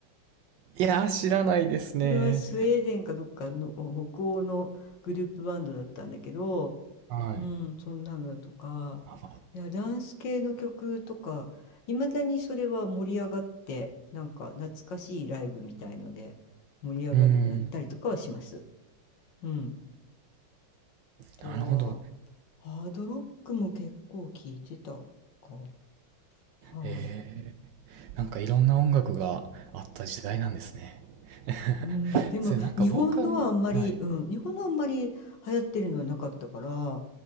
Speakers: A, on the right (about 70°); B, on the left (about 60°).
A: いやー、知らないですね。
B: それはスウェーデンかどっかの北欧のグループバンドだったんだけど
A: はい。
B: うん、そんなのとか、
A: あ
B: いや、ダンス系の曲とか、いまだにそれは盛り上がって、なんか懐かしいライブみたいので盛り上がるのやったりとかはします。
A: うん。
B: うん。あとは、
A: なるほど。
B: ハードロックも結構聞いてたか。はい。
A: ええなんかいろんな音楽があった時代なんですね。<laughs>
B: うん、でも日本のはあんまり、
A: それなんかボーカル、はい。
B: うん、日本のあんまり流行ってるのはなかったから、